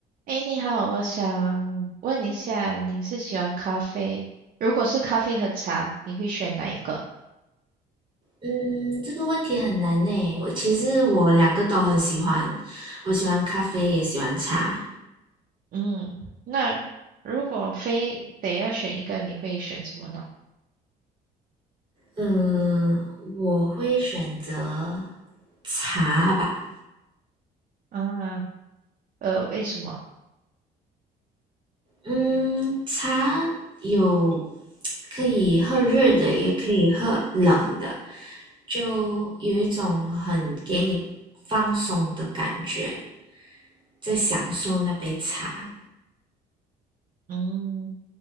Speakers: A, on the right (about 55°); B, on the right (about 30°).
A: 诶，你好，我想问一下，你是喜欢咖啡？如果是咖啡和茶，你会选哪一个？
B: 嗯，这个问题很难呢。我其实我两个都很喜欢，我喜欢咖啡，也喜欢茶。
A: 嗯，那如果非得要选一个，你会选什么呢？
B: 嗯，我会选择茶吧。
A: 啊，呃，为什么？
B: 嗯，茶有可以喝热的，也可以喝冷的，就有一种很给你放松的感觉，在享受那杯茶。
A: 嗯。